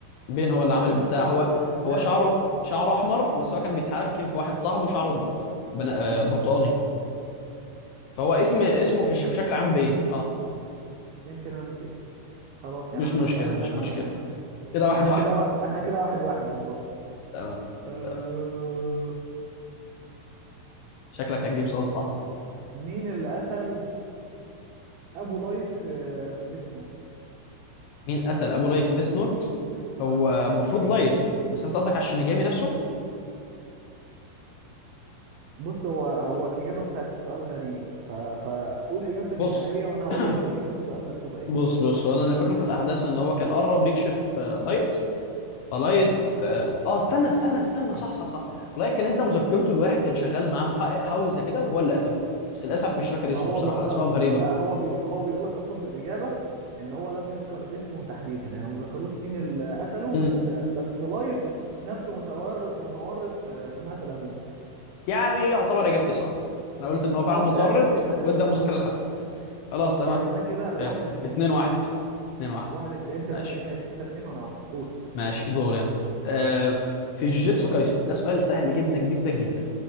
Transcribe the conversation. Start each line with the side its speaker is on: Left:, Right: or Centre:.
Left: بين هو اللي
Right: يا
Left: عمل
Right: ابني
Left: البتاع
Right: اصبر
Left: هو
Right: بس ازاي
Left: هو شعره شعره احمر بس هو كان بيتحكم في واحد صاحبه شعره ب- آه، بن- آه، برتقاني فهو اسم
Right: يمكن
Left: اسمه
Right: انا نسيت
Left: في, الش...
Right: بقى
Left: في شكل عام بين اه
Right: يمكن انا نسيت خلاص يا
Left: مش
Right: عم
Left: مشكلة
Right: هسألك
Left: مش
Right: انا
Left: مشكلة كده واحد
Right: احنا
Left: واحد
Right: كده و... احنا كده واحد واحد بالظبط
Left: تمام
Right: أه...
Left: تمام شكلك هتجيب سؤال صعب
Right: مين اللي قتل ابو لايت في في ديس نوت
Left: مين قتل أبو لايت في ديس نوت هو
Right: اه
Left: المفروض لايت بس أنت قصدك على الشينيجامي نفسه
Right: بص هو هو الاجابه بتاعت السؤال غريب ف... فقول اجابتك
Left: بص
Right: النهائيه وانا هقول
Left: <coughs> <clears throat>
Right: لك اجابه السؤال مكتوبه ايه
Left: بص بص هو أنا اللي فاكره في الأحداث إن هو كان قرب يكشف آه، لايت فلايت اه آه، استنى استنى استنى صح صح صح لايت كان ادى مذكرته لواحد كان شغال معاه محقق حاوي زي كده وهو اللي قتله بس للأسف مش فاكر
Right: ما
Left: اسمه
Right: هو
Left: بصراحة
Right: بالظبط
Left: أسمائهم غريبة
Right: لا هو بي... هو بيقول لك اصلا في الاجابه ان هو لم يذكر اسمه تحديدا يعني ما ذكروش مين اللي قتله
Left: مم.
Right: بس بس لايت نفسه متور... متورط في في مقتل ابوه
Left: يعني يعتبر اجابتي صح انا قلت ان هو فعلا
Right: اه
Left: متورط
Right: يعني ممكن
Left: وادى
Right: نعتبر
Left: مذاكره لحد خلاص
Right: خلاص
Left: تمام
Right: يعني احنا كده
Left: حلو
Right: واحد اتنين
Left: 2 1 2 1
Right: واحد ات... انت
Left: ماشي
Right: اتنين ماشي انت اتنين وانا واحد قول
Left: ماشي دوري انا آه في جوجيتسو كايسن ده سؤال سهل جدا جدا جدا